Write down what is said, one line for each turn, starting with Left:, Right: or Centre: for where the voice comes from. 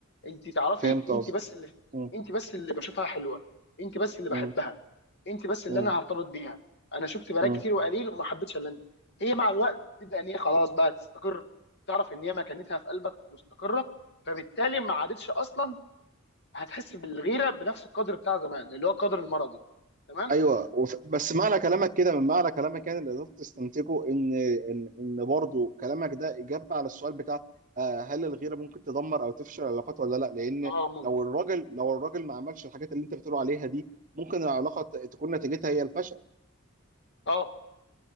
Left: انت تعرفي
Right: فهمت
Left: انت
Right: قصدك
Left: بس اللي
Right: مم.
Left: انت بس اللي بشوفها حلوه انت بس اللي بحبها
Right: مم.
Left: انت بس اللي
Right: مم.
Left: انا هرتبط بيها انا شفت بنات
Right: مم.
Left: كتير وقليل وما حبيتش الا انت هي مع الوقت تبدا ان هي خلاص بقى تستقر تعرف ان هي مكانتها في قلبك مستقره فبالتالي ما عادتش اصلا هتحس بالغيره بنفس القدر بتاع زمان اللي هو القدر المرضي تمام
Right: ايوه وف... بس معنى كلامك كده من معنى كلامك يعني اللي قدرت تستنتجه ان ان ان برضه كلامك ده اجابه على السؤال بتاع آه، هل الغيره ممكن تدمر او تفشل العلاقات ولا لا لان
Left: اه ممكن
Right: لو الراجل لو الراجل ما عملش الحاجات اللي انت بتقول عليها دي ممكن العلاقه ت- تكون نتيجتها هي الفشل
Left: اه